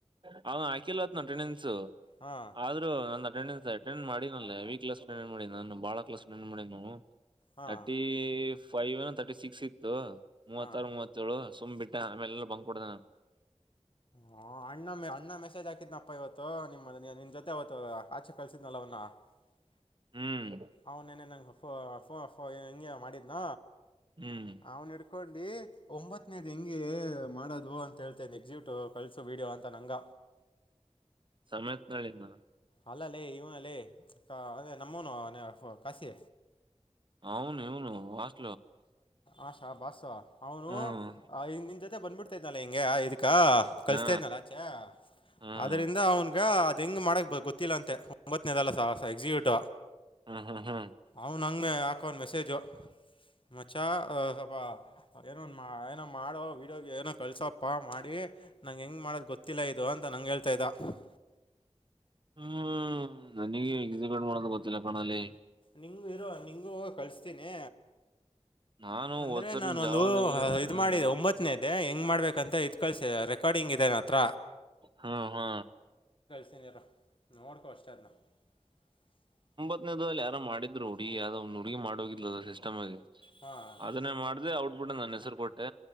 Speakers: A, on the right; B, on the left.
A: ಅಟೆಂಡೆನ್ಸು
B: ಹಾಂ
A: ಆದ್ರೂ <unintelligible> ಅಟೆಂಡೆನ್ಸು ಅಟೆಂಡ್ ಮಾಡಿನಲ್ಲೆ <unintelligible> ಅಟೆಂಡ್ ಮಾಡಿ ನಾನು ಬಾಳ ಕ್ಲಸ್ ಅಟೆಂಡ್ <unintelligible>
B: ಹಾಂ
A: ತರ್ಟಿ ಫೈವ್ ಏನೊ ತರ್ಟಿ ಸಿಕ್ಸ್ ಇತ್ತು ಮೂವತ್ತಾರು
B: ಹಾಂ
A: ಮೂವತ್ತೇಳು ಸುಮ್ ಬಿಟ್ಟ ಆಮೇಲೆಲ್ಲ ಬಂಕ್ ವಡ್ದವ್ನೆ
B: ಹಾ ಅಣ್ಣ ಅಣ್ಣ ಮೆಸೇಜ್ ಹಾಕಿದ್ನಪ್ಪ ಇವತ್ತು ನಿಮ್ಮ ನಿನ್ ಜೊತೆ ಅವತ್ತು ಆಚೆ ಕಳ್ಸಿದ್ನಲ್ಲ <unintelligible>
A: ಹ್ಮ್
B: ಅವನ್ ನೆನ್ನೆ ನಂಗ್ <unintelligible> ಹಂಗೆ ಮಾಡಿದ್ನ
A: ಹ್ಮ್
B: ಅವ್ನ್ ಹಿಡ್ಕೊಂಡ್ <unintelligible> ಒಂಬತ್ತನೇದು ಹೆಂಗೆ ಮಾಡೋದು ಅಂತ <unintelligible> <unintelligible> ಕಳಸು ವಿಡಿಯೋ ಅಂತ ನಂಗ
A: ಸಮೇತ್ <unintelligible>
B: ಅಲ್ಲಲೆ ಇವ ಲೆ ಅದೇ ನಮ್ಮೂನು ಕಾಸಿ
A: ಅನ್ವ್ ಇನ್ವು
B: ಆಶಾ ಬಾಸ್ ಅವನು
A: ಹ್ಮ್
B: ನಿನ್ ಜೊತೆ ಬಂದ <unintelligible> <unintelligible> ಹಿಂಗ ಇದಕ್ಕ ಕಲ್ಸ್ತಾ
A: ಹಾ
B: ಇದ್ನಲ್ಲ ಆಚೇ
A: ಹ್ಮ್
B: ಆದರಿಂದ ಅವನ್ಗ ಅದೆಂಗ್ ಮಾಡಕ್ ಗೊತ್ತಿಲ್ಲ ಅಂತೆ ಒಂಬತ್ತನೇದಲ್ಲ ಸ <unintelligible> ಎಕ್ಸಿಕ್ಯೂಟ
A: ಹ್ಮ್ ಹ್ಮ್ ಹ್ಮ್
B: ಅವನು <unintelligible> ಹಾಕವ್ನೆ ಮೆಸೇಜು ಮಚ್ಚ ಸ್ವಲ್ಪ <unintelligible> ಮಾಡೋ ವಿಡಿಯೋ ಏನೋ ಕಳ್ಸೋಪ್ಪಾ ಮಾಡಿ ನಂಗೆ ಹೆಂಗ್ ಮಾಡೋದ್ ಗೊತ್ತಿಲ್ಲ ಇದು ಅಂತ ನಂಗ್ ಹೇಳ್ತಾ ಇದ್ದ <unintelligible>
A: ಹ್ಮ್ ನಿಗೆ ಎಕ್ಸಿಕ್ಯೂಟ್ ಮಾಡೋದು ಗೊತ್ತಿಲ್ಲ ಕಣಲೆ
B: ನಿಂಗು ಇರೋ ನಿಂಗು ಕಳಸ್ತೀನಿ
A: ನಾನು
B: ಅಂದ್ರೆ
A: ಹೋದ್ಸರಿ
B: ನಾನೊಂದು
A: ಜಾವದಾಗೆ
B: ಇದ್
A: ಹ್ಮ್
B: ಮಾಡಿದೆ ಒಂಬತ್ತನೇದೆ ಹೆಂಗ್ ಮಾಡ್ಬೇಕಂತ ಇದ <unintelligible> <unintelligible> ಇದೇ ನನ್ನತ್ರ
A: ಹಾ ಹಾ
B: ನಿನಗ ನೋಡ್ಕೋ ಅಷ್ಟ ಅದನ <unintelligible>
A: ಕ್ಲೀನ ಅದು ಯಾರೋ ಮಾಡಿದ್ರು ಹುಡುಗಿ ಯಾವದ ಒಂದು ಹುಡುಗಿ ಮಾಡ ಹೋಗಿದಲ್ಲ ಸಿಸ್ಟಮ್ಗೆ
B: ಹಾಂ
A: ಅದನ್ನೇ ಮಾಡ್ದೆ ಅವ <unintelligible> ಬುಡ ನನ್ನ ಹೆಸರ ಕೊಟ್ಟೆ